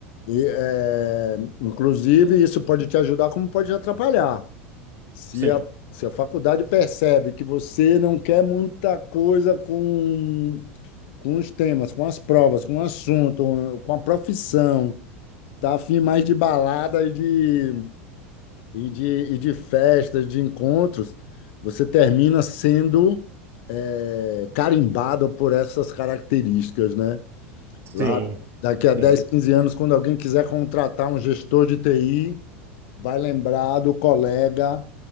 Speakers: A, on the left (about 60°); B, on the right (about 35°).
A: E, é, inclusive, isso pode te ajudar, como pode te atrapalhar. Se
B: sim,
A: a, se a faculdade percebe que você não quer muita coisa com, com os temas, com as provas, com o assunto, com a profissão, Tá afim mais de baladas de, e, de, e de festas, de encontros, você termina sendo é, carimbado por essas características, né? Lá,
B: sim,
A: daqui a dez
B: sim,
A: quinze anos, quando alguém quiser contratar um gestor de TI, vai lembrar do colega,